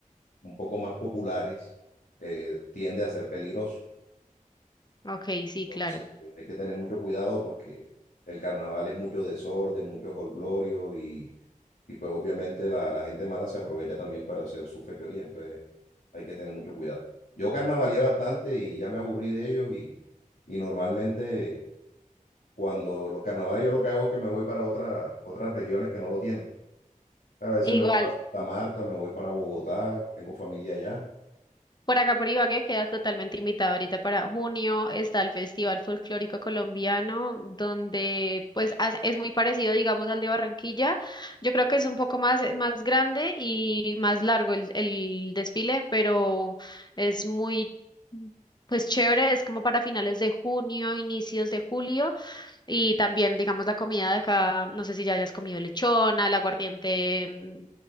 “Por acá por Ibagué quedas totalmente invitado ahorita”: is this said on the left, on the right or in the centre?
Left